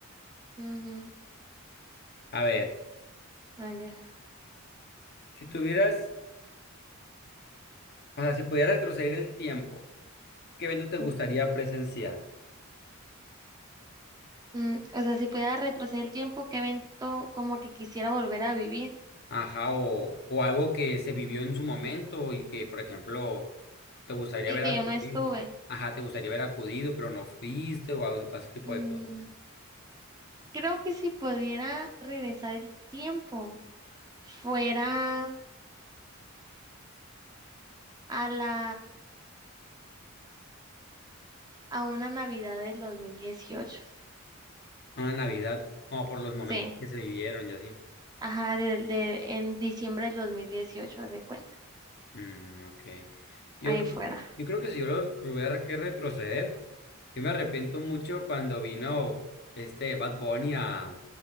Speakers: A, on the right (about 20°); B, on the left (about 50°).
A: Ujú,
B: A ver,
A: ok,
B: si tuvieras, o sea, si pudieras retroceder el tiempo, ¿qué evento te
A: ok.
B: gustaría presenciar?
A: Mm, o sea, si pudiera retroceder el tiempo, qué evento como que quisiera volver a vivir
B: Ajá, o, o algo que se vivió en su momento y que, por ejemplo, te gustaría
A: y
B: haber
A: que
B: acudido.
A: yo no estuve.
B: Ajá, te gustaría haber acudido, pero no fuiste o algo- ese tipo
A: Mm,
B: de cosas.
A: creo que si pudiera regresar el tiempo, fuera a la a una Navidad del 2018.
B: Una Navidad, como por los momentos
A: Sí,
B: que se vivieron y así.
A: ajá, de, de- en diciembre del 2018 haz de cuenta.
B: Mm, ok. Yo,
A: ahí
B: creo
A: fuera.
B: que- yo creo que si yo lo tuviera que retroceder, yo me arrepiento mucho cuando vino este Bad Bunny a,